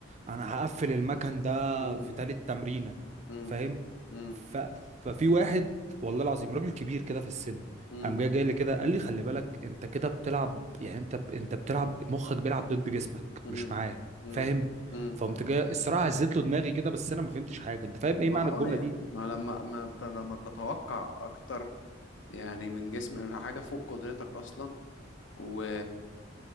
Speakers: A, on the right; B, on the left.
A: انا هقفل المكان ده
B: مم.
A: في تالت تمرينه
B: مم.
A: فاهم
B: مم.
A: ف... ففي واحد والله العظيم راجل كبير كده في السن
B: مم.
A: قام جاي جاي لي كده قال لي خلي بالك انت كده بتلعب يعني انت انت بتلعب مخك بيلعب ضد جسمك
B: مم.
A: مش معاه
B: مم.
A: فاهم
B: مم.
A: فقمت جاي الصراحه هزيت له دماغي كده بس انا ما فهمتش حاجه انت فاهم ايه
B: ما
A: معنى
B: اه
A: الجمله
B: يعني
A: دي
B: ما لما ما انت لما بتتوقع اكتر يعني من جسم من حاجه فوق قدرتك اصلا و